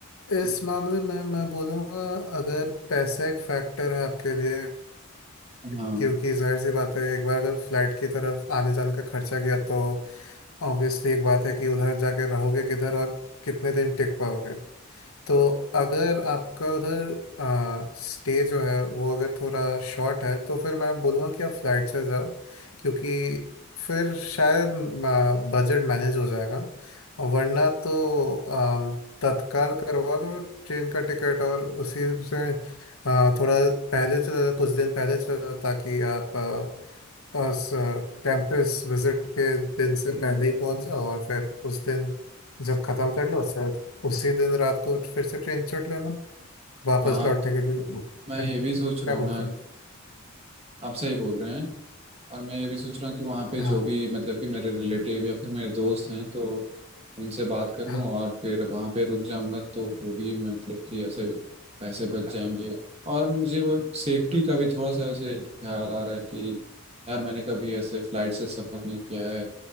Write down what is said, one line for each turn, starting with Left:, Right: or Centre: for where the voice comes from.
Left: इस
Right: हम्म।
Left: मामले में मैं बोलूँगा अगर पैसा एक फैक्टर है आपके लिए क्योंकि
Right: हाँ
Left: जाहिर सी बात है एक बार अगर फ्लाइट की तरफ आने जाने का खर्चा गया तो ऑब्वियसली एक बात है कि उधर जाके रहोगे किधर और कितने दिन टिक पाओगे तो अगर आपका उधर आ, स्टे जो है वो अगर थोड़ा शॉर्ट है तो फिर मैं बोलूँगा कि आप फ्लाइट से जाओ क्योंकि फिर शायद बजट मैनेज हो जाएगा और वरना तो अम, तत्काल करवा दो ट्रेन का टिकट और उसी से आ, थोड़ा पहले चला जाओ कुछ दिन पहले चला जाओ ताकि आप और कैंपस विजिट के दिन से पहले ही पहुंच जाओ और फिर उस दिन जब खत्म कर लो फिर उसी दिन रात को फिर से ट्रेन चढ़ लेना वापस
Right: हाँ
Left: लौटने के लिए <laughs>
Right: मैं
Left: क्या
Right: ये
Left: क्या
Right: भी सोच रहा हूँ
Left: बोलते
Right: ना
Left: हैं
Right: आप सही बोल रहे हैं और मैं ये भी सोच रहा हूँ कि वहाँ पे
Left: हाँ
Right: जो भी मतलब कि मेरे रिलेटिव या फिर मेरे दोस्त हैं तो उनसे बात कर लूँ
Left: हाँ
Right: और फिर वहाँ पे रुक जाऊँगा तो वो भी मतलब कि ऐसे पैसे बच जाएंगे और मुझे वो सेफ्टी का भी थोड़ा सा ऐसे ख्याल आ रहा है कि यार मैंने कभी ऐसे फ्लाइट से सफ़र नहीं किया है